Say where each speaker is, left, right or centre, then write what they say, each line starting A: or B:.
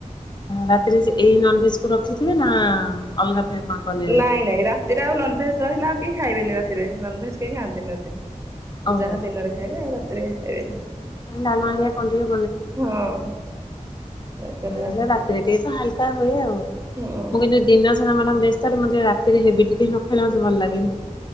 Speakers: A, on the left (about 35°); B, on the right (about 20°).
A: ରାତିରେ ଏଇ ନନଭେଜ କୁ ରଖିଥିବେ ନା ଅଲଗା ଫେରେ କଣ ବନେଇବେ?
B: ନାଇଁ ନାଇଁ ରାତିରେ ଆଉ ନନଭେଜ ରହିଲା ଆଉ କେହି ଖାଇବେନି ରାତିରେ ନନଭେଜ କେହି ଖାଆନ୍ତିନି ରାତିରେ। ସେ
A: ଓହୋ
B: ଯାହା ଦିନରେ ଖାଇବେ ଆଉ ରାତିରେ ଖାଇବେନି
A: ଡାଲମା ହେରିକା କଣ ଟିକେ
B: ହଁ। ରାତିରେ
A: <unintelligible>
B: ଯାହା
A: ଲେ ରାତିରେ ଟିକେ ତ ହାଲକା ହୁଏ ଆଉ।
B: ହଁ।
A: ମୁଁ କିନ୍ତୁ ଦିନ ସାରା ମ୍ୟାଡ଼ାମ ବ୍ୟସ୍ତରେ ମତେ ରାତିରେ ହେବିି ଟିକେ ନ ଖାଇଲେ ମତେ ଭଲ ଲାଗେନି।